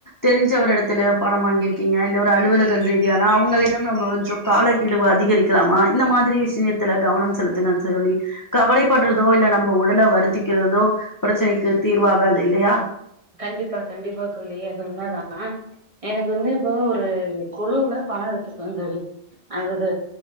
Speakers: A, on the left; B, on the right.
A: தெரிஞ்ச ஒரு எடத்துலயோ பணம் வாங்கியிருக்கீங்க இல்ல ஒரு அலுவல ங்கள் ரீதியான அவுங்களிடம் நம்ப கொஞ்சோ காலக்கெடுவ அதிகரிக்கலாமா இந்த மாதிரி விஷயத்தில கவனம் செலுத் தலா தோழி கவலை பட்றதோ இல்ல நம்ம உடல வருத்திக்கிறதோ பிரச்சனைக்கு தீர்வாகாது இல்லயா
B: கண்டிப்பா கண்டிப்பா தோழி அது உண்மதா எனக்கு வந்து இப்போ ஒரு குழுல பணோ எடுத்திருக்கோ தோழி அது